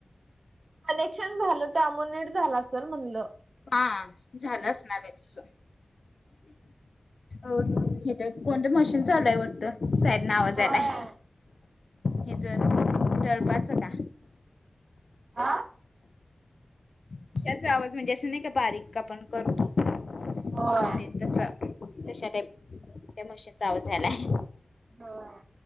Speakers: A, on the right; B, on the left.
A: कनेक्शन झालं त्यामुळे नीट झालं असेल म्हणलं.
B: हा झालं असणार आहे तिचं. ओ हिटर कोणते मशीन चालू आहे वाटतं. फेअर ना आवाज
A: होय
B: आलाय हेचा <unintelligible> होता.
A: हा
B: <unintelligible> म्हणजे असं नाही का बारीक आपण करतो कहुंटे
A: होय.
B: तसा. तशा टाई त्या मशीन चा आवाज यायलाय.
A: होय.